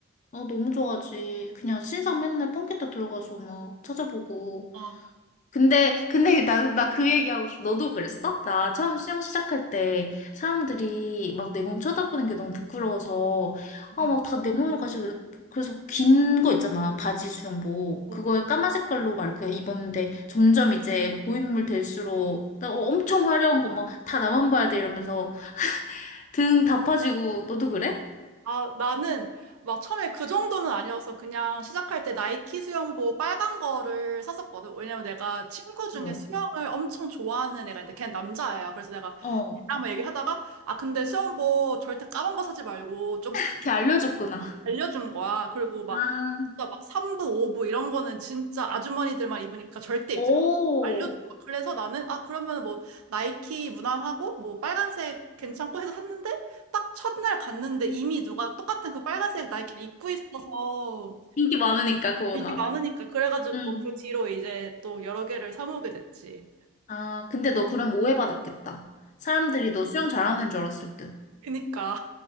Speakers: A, on the left; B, on the right.
A: 아, 너무 좋아하지. 그냥 신상 맨날 펑키타 들어가서 막 찾아보고.
B: 어,
A: 근데, 근데 <laughs> 나, 나 그 얘기하고 싶어. 너도 그랬어? 나 처음 수영 시작할 때 사람들이 막 내 몸 쳐다보는 게 너무 부끄러워서, 아,
B: 응.
A: 막 다 내 몸을 가지고 그랬, 그래서 긴 거 있잖아. 바지 수영복.
B: 어,
A: 그거에 까만 색깔로 막 이렇게 입었는데 점점 이제 막 고인물 될수록 나 엄청 화려한 거 막 다 나만 봐야 돼 이러면서 등 다 파지고 너도 그래?
B: 아, 나는 막 처음에 그 정도는 아니어서 그냥 시작할 때 나이키 수영복 빨간 거를 샀었거든. 왜냐면 내가 친구 중에
A: 응.
B: 수영을 엄청 좋아하는 애가 있는데 걔는 남자애야. 그래서 내가
A: 어.
B: 걔랑 막 얘기하다가 아, 근데 수영복 절대 까만 거 사지 말고 좀 색깔
A: 이렇게
B: 있는
A: 알려줬구나.
B: 거 알려준 거야. 그리고 막
A: 아,
B: 진짜 막 3부, 5부 이런 거는 진짜 아주머니들만 입으니까 절대
A: 오.
B: 입지 마. 알려줘. 그래서 나는 아 그러면 뭐 나이키 무난하고 뭐 빨간색 괜찮고 해서 샀는데 딱 첫날 갔는데 이미 누가 똑같은 그 빨간색 나이키를 입고 있어서
A: 인기 많으니까 그 워낙.
B: 인기 많으니까 그래가지고
A: 응.
B: 그 뒤로 이제 또 여러 개를 사 모으게 됐지.
A: 아, 근데 너 그럼 오해받았겠다. 사람들이 너 수영 잘하는 줄 알았을 듯.
B: 그니까